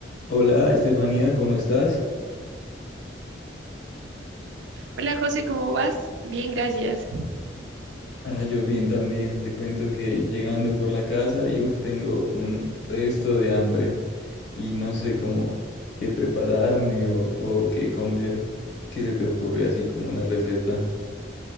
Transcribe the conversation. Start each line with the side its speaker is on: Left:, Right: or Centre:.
Left: Hola, Estefanía, ¿cómo estás?
Right: Hola José, ¿cómo vas? Bien, gracias.
Left: Ah, yo bien también. Te cuento que llegando por la casa y uf, tengo un resto de hambre y no sé cómo qué prepararme o, o qué comer. ¿Qué se te ocurre así como una receta